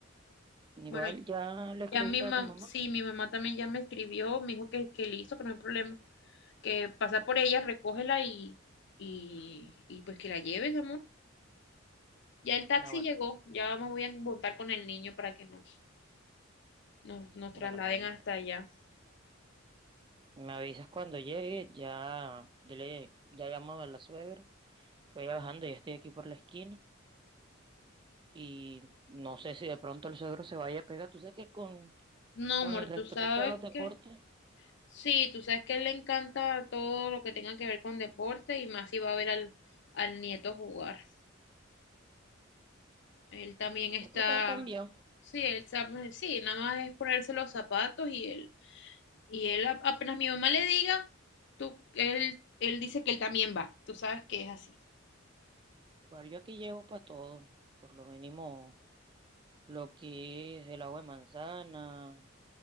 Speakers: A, on the left (about 60°); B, on the right (about 25°).
A: Bueno,
B: Igual ya le escribiste
A: ya mi mamá,
B: a tu mamá.
A: sí, mi mamá también ya me escribió, me dijo que, que listo, que no hay problema, que pasa por ella, recógela y, y, y pues que la lleves, amor. Ya el taxi
B: Ah, bueno,
A: llegó, ya me voy a montar con el niño para que nos, nos, nos
B: bueno,
A: trasladen
B: mi mamá.
A: hasta allá.
B: Me avisas cuando llegue, ya dile, ya llamo a la suegra. voy bajando, ya estoy aquí por la esquina. Y no sé si de pronto el suegro se vaya a pegar. Tú sabes que con,
A: No,
B: con
A: amor,
B: el respeto
A: tú sabes
B: a los deportes,
A: que... Sí, tú sabes que a él le encanta todo lo que tenga que ver con deporte y más si va a ver al, al nieto jugar. Él también
B: él
A: está,
B: siempre para cambiar.
A: sí, él sabe, sí, nada más es ponerse los zapatos y él, y él a- apenas mi mamá le diga, tú, él, él dice que él también va. Tú sabes que es así.
B: Igual yo aquí llevo para todo, por lo mínimo lo que es el agua de manzana